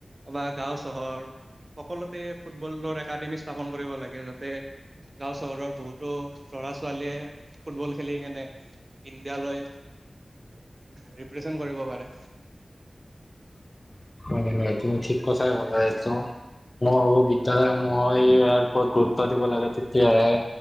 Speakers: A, on the right; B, on the left.
A: বা গাও চহৰ সকলোতে ফুটবলৰ একাডেমি স্থাপন কৰিব লাগে যাতে গাঁও চহৰৰ বহুতো লৰা ছোৱালীয়ে ফুটবল খেলি কেনে ইণ্ডিয়া লৈ
B: <unintelligible>
A: ৰিপ্ৰেজেণ্ট কৰিব পাৰে
B: <unintelligible> হয় ন তুমি ঠিক কথাই বজাই আছ মই ভবো বিদ্যালয়ৰ সমূহৰ
A: অ
B: এই ওপৰত গুৰুত্ব দিব লাগে তেতিয়াহে